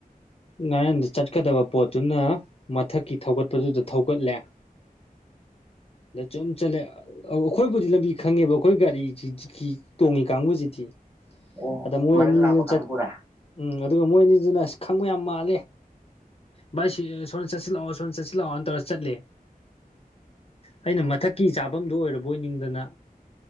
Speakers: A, on the left; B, on the right.
A: ꯉꯥꯔꯦꯟꯗ ꯆꯠꯀꯗꯕ ꯄꯣꯠꯇꯨꯅ ꯃꯊꯛꯀꯤ ꯊꯧꯒꯠꯄꯗꯨꯗ ꯊꯧꯒꯠꯂꯦ ꯆꯝ ꯆꯦ ꯑꯩꯈꯣꯏꯕꯨꯗꯤ ꯂꯝꯕꯤ ꯈꯪꯉꯦꯕ ꯑꯩꯈꯣꯏ ꯒꯥꯔꯤꯁꯤ ꯇꯣꯡꯉꯤ ꯀꯥꯡꯕꯨꯁꯤꯗꯤ
B: ꯑꯣ
A: ꯑꯗ ꯃꯣꯏꯅꯤ
B: ꯃꯅꯤꯡ ꯂꯥꯛꯄ
A: ꯆꯠ
B: ꯀꯥꯡꯒꯨꯔꯥ
A: ꯎꯝ ꯑꯗꯨꯒ ꯃꯣꯏ ꯑꯅꯤꯗꯨꯅ ꯈꯪꯕ ꯌꯥꯝ ꯃꯥꯜꯂꯦ ꯚꯥꯏ ꯁꯤ ꯁꯣꯝꯅ ꯆꯠꯁꯤꯜꯂꯛꯑꯣ ꯁꯣꯝꯅ ꯆꯠꯁꯤꯜꯂꯛꯑꯣꯅ ꯇꯧꯔꯒ ꯆꯠꯂꯦ ꯑꯩꯅ ꯃꯊꯛꯀꯤ ꯃꯐꯝꯗꯨ ꯑꯣꯏꯔꯕ ꯑꯣꯏꯅꯤꯡꯗꯅ